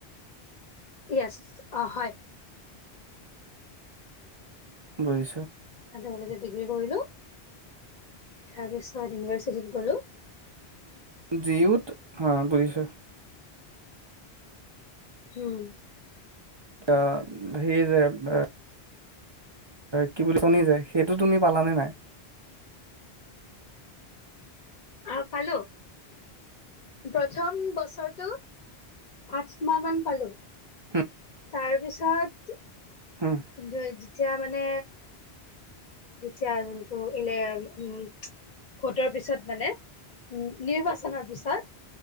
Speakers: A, on the left (about 50°); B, on the right (about 40°).
A: য়েছ, অ', হয়।
B: বুজিছোঁ।
A: কলেজত ডিগ্ৰী কৰিলোঁ। তাৰপিছত ইউনিভাৰ্চিটিত গলোঁ।
B: জি ইউ ত? হা, বুজিছোঁ।
A: হম।
B: অ, সেই যে, <unintelligible> কি বুলি শুনি যায়। সেইটো তুমি পালানে নাই?
A: আহ, পালো। প্ৰথম বছৰটো আঠ মাহমান পালোঁ।
B: <unintelligible>
A: তাৰপিছত, <unintelligible>
B: উম
A: এতিয়া মানে, এতিয়া <unintelligible> উম, ভোটৰ পিছত মানে, ও, নিৰ্বাচনৰ পিছত,